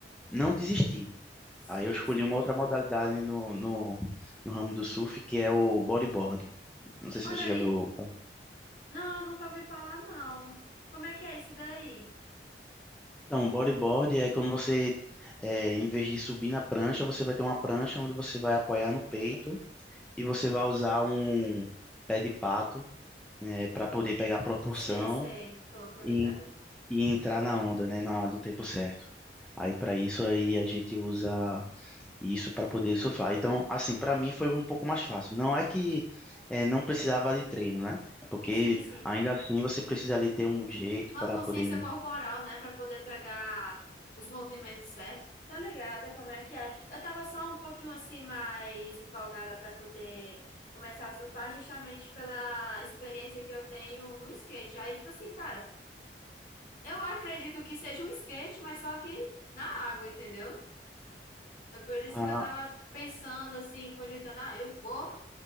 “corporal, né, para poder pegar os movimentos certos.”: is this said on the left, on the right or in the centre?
Left